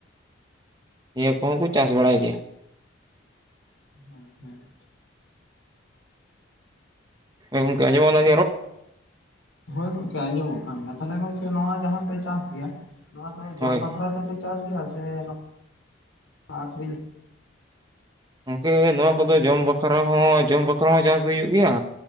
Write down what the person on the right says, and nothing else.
ᱱᱤᱭᱟᱹ ᱠᱚᱦᱚᱸ ᱪᱟᱥ ᱵᱟᱲᱟᱭ ᱜᱮᱭᱟ
ᱮ ᱜᱚᱝᱠᱮ ᱟᱸᱡᱚᱢ <inaudible>
ᱦᱳᱭ
ᱜᱚᱝᱠᱮ ᱱᱚᱣᱟ ᱠᱚᱫᱚ ᱡᱚᱢ ᱵᱟᱠᱷᱨᱟ ᱦᱚᱸ ᱡᱚᱢ ᱵᱟᱠᱷᱨᱟ ᱦᱚᱸ ᱪᱟᱥ ᱦᱩᱭᱩᱜ ᱜᱮᱭᱟ